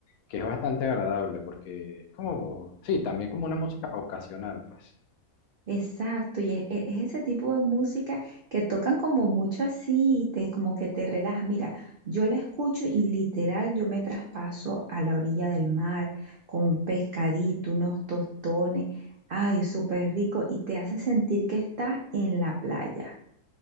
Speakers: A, on the left (about 75°); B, on the right (about 75°).
A: que es bastante agradable porque es como, sí, también como una música ocasional, pues.
B: Exacto, y es, e- es ese tipo de música que tocan como mucho así, te, como que te relaja. Mira, yo la escucho y literal yo me traspaso a la orilla del mar con un pescadito, unos tostones, ay, súper rico, y te hace sentir que estás en la playa.